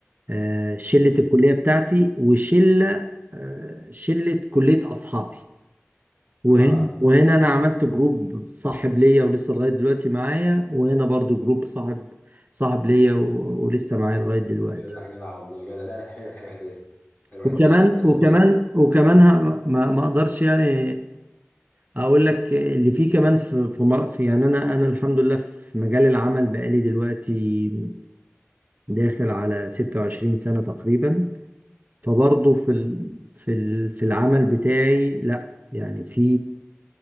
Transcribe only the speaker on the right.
آه، شلة
الكلية بتاعتي وشلة آه، شلة كلية أصحابي وهنا
وهنا أنا عملت جروب صاحب ليا ولسه لغاية دلوقتي معايا وهنا برضو جروب صاحب صاحب ليا و- ولسه معايا لغاية دلوقتي
وكمان
وكمان
وكمان ه- ما ما أقدرش يعني أقول لك اللي فيه كمان في في مر- في- يعني أنا أنا الحمد لله في مجال العمل بقالي دلوقتي داخل على 26 سنة تقريبا فبرضه في ال... في ال... في العمل بتاعي لا يعني في